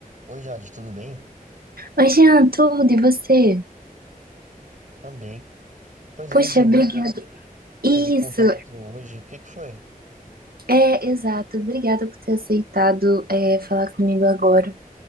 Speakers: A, on the right; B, on the right.
A: Oi, Jade, tudo bem?
B: Oi, Jean, tudo e você?
A: Também. Pois
B: Poxa,
A: é, você me,
B: obrigada.
A: con- você
B: Isso,
A: me contactou hoje. O que que foi?
B: é exato. Obrigada por ter aceitado é, falar comigo agora.